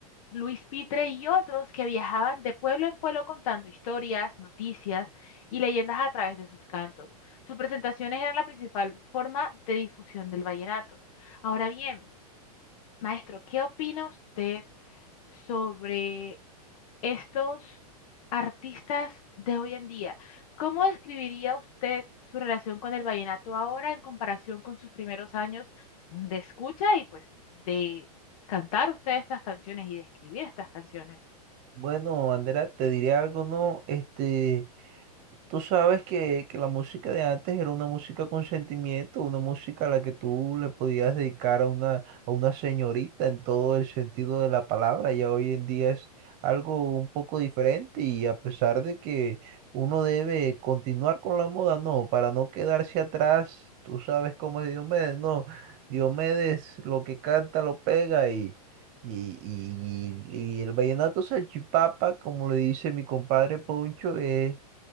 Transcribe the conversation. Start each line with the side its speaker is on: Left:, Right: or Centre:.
Left: Luis Pitre y otros que viajaban de pueblo en pueblo contando historias, noticias y leyendas a través de sus cantos. Sus presentaciones eran la principal forma de difusión del vallenato. Ahora bien, maestro, ¿qué opina usted sobre estos artistas de hoy en día. ¿Cómo describiría usted su relación con el vallenato ahora en comparación con sus primeros años de escucha y pues de cantar usted estas canciones y de escribir estas canciones?
Right: Bueno, Andrea, te diré algo, ¿no? Este... Tú sabes que, que la música de antes era una música con sentimiento, una música a la que tú le podías dedicar a una, a una señorita en todo el sentido de la palabra. Ya hoy en día es algo un poco diferente y a pesar de que uno debe continuar con la moda, no, para no quedarse atrás, tú sabes cómo es Diomedes, no, Diomedes lo que canta lo pega y... Y, y, y- y el vallenato salchipapa, como le dice mi compadre Poncho, es